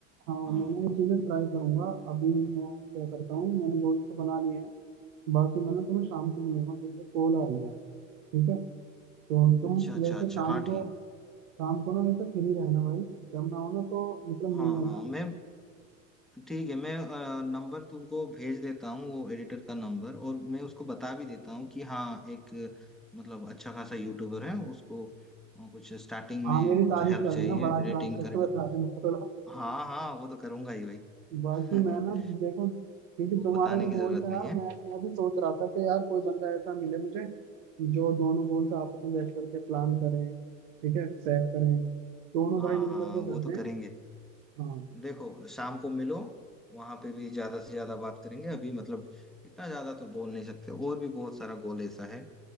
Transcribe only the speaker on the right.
हाँ
मैं ना ये चीजें ट्राई करूंगा अभी मैं क्या करता हूँ मैंने गोल्स तो बना लिए हैं बाकी मैं ना तुम्हें शाम को मिलूंगा मेरे लिए कॉल आ रही है ठीक है तो तुम
वैसे
शाम
को
शाम को ना वैसे फ्री रहना भाई जब मैं आऊँ ना तो मतलब
मिल लेना
हाँ
मेरी
तारीफ
कर
देना बड़ा
चढ़ा करके
बताते ना थोड़ा
बाकी
मैं ना देखो क्योंकि
तुम्हारे
तो
गोल
से यार
मैं मैं भी सोच रहा था कि यार कोई बंदा ऐसा मिले मुझे जो दोनों गोल्स आपस में बैठ करके प्लान करें ठीक है सेट करें दोनों
भाई मिल
करके
करते
हैं
हाँ